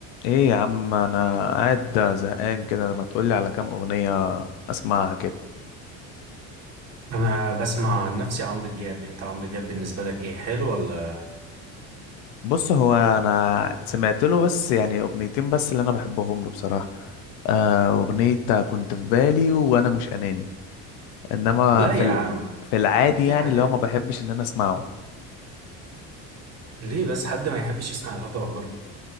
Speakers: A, on the left (about 85°); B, on the right (about 40°).
A: ايه يا عم انا قاعد زهقان كده ما تقولي على كام اغنية اسمعها كده
B: انا بسمع عن نفسي عمرو دياب انت عمرو دياب بالنسبه لك ايه حلو ولا
A: بص هو انا سمعت له بس يعني اغنيتين بس اللي انا بحبهم له بصراحة آه، اغنية كنت في بالي وانا مش اناني انما
B: لا
A: في
B: يا
A: ال...
B: عم
A: في العادي
B: في
A: يعني
B: حاجات
A: اللي هو ما بحبش ان انا اسمعه
B: ليه بس حد ما يحبش يسمع الهضبه برضه